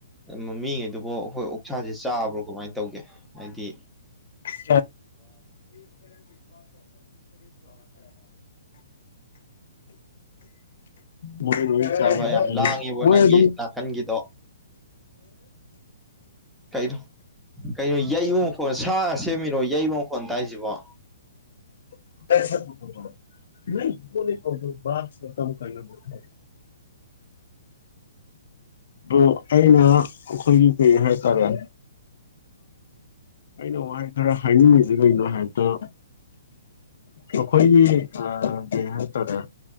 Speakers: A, in the centre; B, on the left (about 60°).
A: ꯃꯃꯤꯉꯩ ꯑꯗꯨꯕꯨ ꯑꯩꯈꯣꯏ ꯑꯣꯛꯁꯥꯁꯦ ꯆꯥꯕ꯭ꯔꯣ ꯀꯃꯥꯏꯅ ꯇꯧꯒꯦ ꯍꯥꯢꯗꯤ
B: <unintelligible> <unintelligible> <inaudible> ꯃꯣꯢꯗꯤ ꯂꯣꯢ ꯆꯥꯌꯦ
A: ꯏꯌꯥꯝꯕ ꯌꯥꯝ ꯂꯥꯡꯉꯤꯕꯣ
B: ꯃꯣꯢ
A: ꯅꯪꯒꯤ
B: ꯑꯗꯨꯝ <unintelligible>
A: ꯅꯥꯀꯟꯒꯤꯗꯣ ꯀꯩꯅꯣ ꯀꯩꯅꯣ ꯌꯩꯕ ꯃꯈꯣꯟ ꯁꯥꯒ ꯁꯦꯝꯃꯤꯔꯣ ꯌꯩꯕ ꯃꯈꯣꯟꯜ ꯇꯥꯏꯁꯤꯕꯣ
B: <inaudible> <unintelligible> ꯑꯗꯣ ꯑꯩꯅ ꯑꯩꯈꯣꯏꯒꯤ ꯀꯩ ꯍꯥꯏꯇꯥꯔꯦ ꯑꯩꯅ ꯋꯥꯔꯤ ꯈꯔ ꯍꯥꯏꯅꯤꯡꯉꯁꯤ ꯀꯩꯅꯣ ꯍꯥꯏꯕꯗ ꯑꯩꯈꯣꯏꯒꯤ ꯑꯥ ꯀꯩ ꯍꯥꯏꯇꯥꯔꯦ